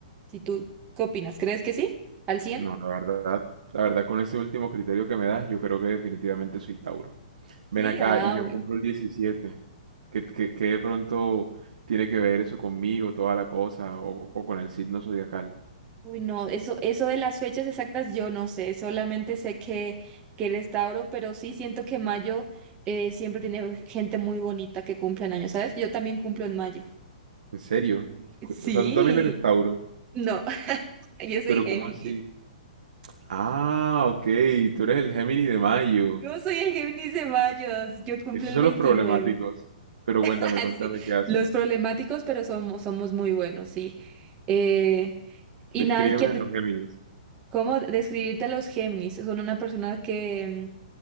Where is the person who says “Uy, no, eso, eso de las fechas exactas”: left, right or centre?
Right